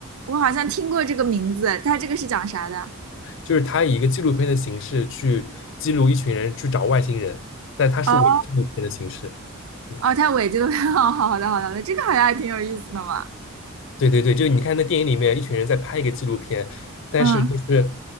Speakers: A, on the right (about 80°); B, on the left (about 60°).
A: 我好像听过这个名字，它这个是讲啥的？
B: 就是它以一个纪录片的形式去记录一群人去找外星人，但它是伪纪录片的形式。
A: 哦
B: 嗯，
A: 哦，它尾这个，<laughs> 好的好的好的，这个好像还挺有意思的嘛。
B: 对对对，就是你看那电影里面，一群人在拍一个纪录片，但是就是，
A: 嗯